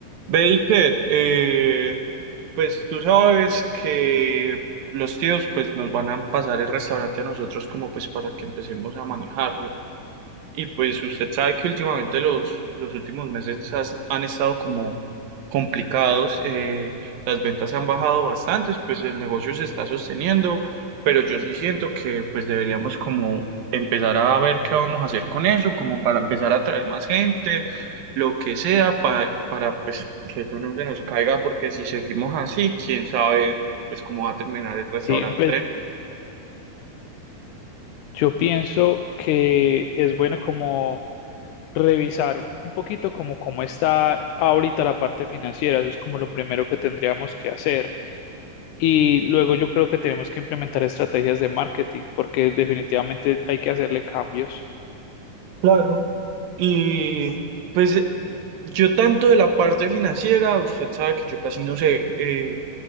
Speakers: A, on the right (about 80°); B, on the left (about 75°).
A: Baker, eh, pues tú sabes que los tíos pues nos van a pasar el restaurante a nosotros como pues para que empecemos a manejarlo. Y pues usted sabe que últimamente los, los últimos meses has- han estado como complicados, eh, las ventas han bajado bastante, pues el negocio se está sosteniendo, pero yo sí siento que pues deberíamos como empezar a ver qué vamos a hacer con eso, como para empezar a atraer más gente, lo que sea, pa- para pues que eso no se nos caiga, porque si seguimos así, quién sabe pues cómo va a terminar el restaurante.
B: Sí, pues yo pienso que es bueno como revisar un poquito como cómo está ahorita la parte financiera, eso es como lo primero que tendríamos que hacer. Y luego yo creo que tenemos que implementar estrategias de marketing porque definitivamente hay que hacerle cambios.
A: Claro. Y pues yo tanto de la parte financiera, usted sabe que yo casi no sé, eh,